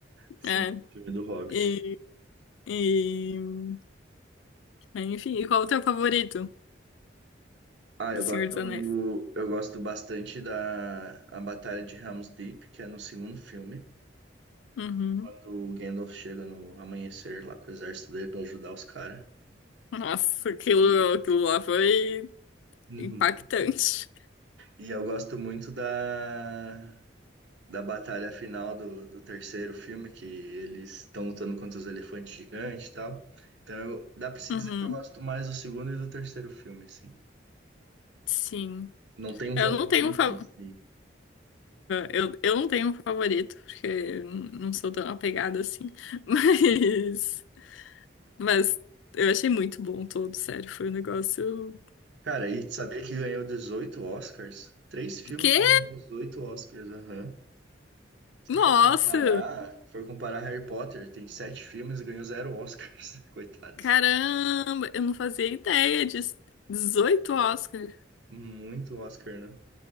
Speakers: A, on the right; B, on the left.
A: Sim,
B: é.
A: filme do Hobbit.
B: E, e... Enfim, e qual o teu favorito
A: Ah,
B: do
A: eu
B: Senhor
A: gosto
B: dos Anéis?
A: do, eu gosto bastante da a Batalha de Helm's Deep, que é no segundo filme,
B: Uhum.
A: quando o Gandalf chega no amanhecer lá com o exército dele pra ajudar os caras.
B: Nossa, aquilo,
A: E,
B: aquilo lá foi
A: Uhum.
B: impactante.
A: E eu gosto muito da da batalha final do, do terceiro filme, que eles estão lutando contra os elefantes gigantes e tal. Então, eu- dá pra se
B: Uhum.
A: dizer que eu gosto mais do segundo e do terceiro filme, assim.
B: Sim.
A: Não tem um
B: Eu
A: favorito
B: não tenho um favorito.
A: em si.
B: Eu, eu não tenho um favorito, porque eu não sou tão apegada assim. <laughs> Mas. Mas eu achei muito bom todo, sério. Foi um negócio.
A: Cara, e sabia que ganhou 18 Oscars? Três filmes
B: Que?
A: ganhando 18 Oscars, aham. Se
B: Nossa!
A: tu for comparar, for comparar Harry Potter, tem sete filmes e ganhou zero Oscars. <laughs> Coitados.
B: Caramba! Eu não fazia ideia disso. dezoito Oscar.
A: Muito Oscar, né?